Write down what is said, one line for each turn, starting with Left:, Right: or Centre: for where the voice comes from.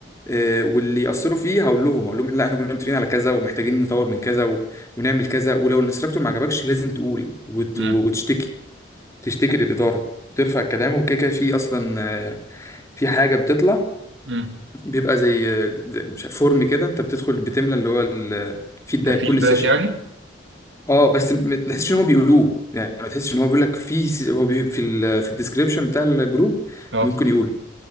Left: آه، واللي يأثروا فيه هقول لهم هقول لهم لا احنا كنا متفقين على كذا ومحتاجين نطور من كذا و... ونعمل كذا ولو الانستراكتور ما عجبكش لازم تقول وت...
Right: امم
Left: وتشتكي تشتكي للإدارة ترفع الكلام وكده كده في اصلا آه، في حاجه بتطلع
Right: امم
Left: بيبقى زي آه، زي- مش عارف، فورم كده انت بتدخل بتملى اللي هو الفيدباك
Right: كفيدباك
Left: كل سيشن
Right: يعني
Left: اه بس ما تحسش ان هم بيقولوه يعني ما تحسش ان هو بيقول لك في هو بي... في ال... في الديسكريبشن بتاع الجروب
Right: اه
Left: ممكن يقول